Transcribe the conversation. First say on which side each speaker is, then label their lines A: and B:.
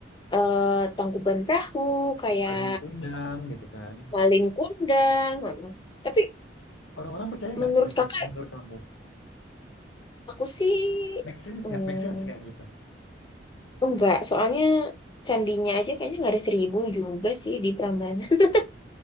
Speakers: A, on the left (about 25°); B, on the left (about 85°).
A: eh, Tangkuban Perahu kayak
B: paling kondang gitu kan.
A: Malin Kundang gitu. tapi
B: Orang-orang percaya nggak
A: menurut
B: kira-kira
A: kakak
B: menurut kamu?
A: aku sih
B: Make sense
A: hmm,
B: nggak? Make sense nggak gitu?
A: Enggak, soalnya candinya aja kayaknya nggak ada seribu juga sih di Prambanan. <laughs>